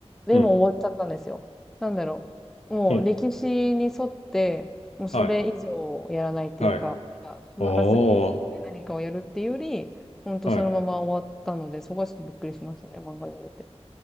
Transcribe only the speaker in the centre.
でも終わっちゃったんですよ。
なんだろう。もう歴史に沿って、
もうそれ以上やらないっていうか、
なんかフランスフィクションで何かをやるっていうより、
本当そのまま終わったので、
そこはちょっとびっくりしましたね、漫画読んでて。